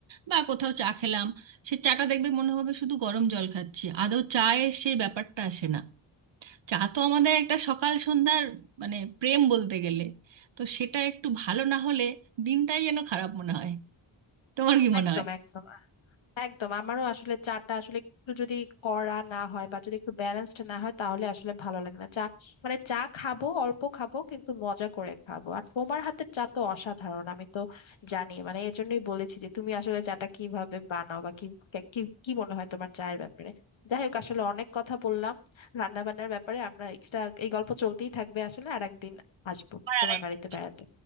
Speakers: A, on the right; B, on the left.
A: বা কোথাও চা খেলাম সে চাটা দেখবে মনে হবে শুধু গরম জল খাচ্ছি আদৌ চায়ের সেই ব্যাপারটা আসে না চা তো আমাদের একটা সকাল সন্ধ্যার মানে প্রেম বলতে গেলে তো সেটা একটু ভালো না হলে দিনটাই যেন খারাপ মনে হয় তোমার কি মনে
B: একদম
A: হয়
B: একদম একদম আমারও আসলে চাটা আসলে একটু যদি কড়া না হয় বা যদি একটু ব্যালেন্সড না হয় তাহলে আসলে ভালো লাগে না চা মানে চা খাবো অল্প খাবো কিন্তু মজা করে খাবো আর তোমার হাতের চা তো অসাধারণ আমি তো জানি মানে এর জন্যই বলেছি যে তুমি আসলে চাটা কিভাবে বানাও বা কি কি কি মনে হয় তোমার চায়ের ব্যাপারে যাই হোক আসলে অনেক কথা বললাম রান্না বান্নার ব্যাপারে আমরা এক্সট্রা এই গল্প চলতেই থাকবে আসলে আর একদিন আসবো
A: আমার
B: তোমার
A: আরেকটা
B: বাড়িতে বেড়াতে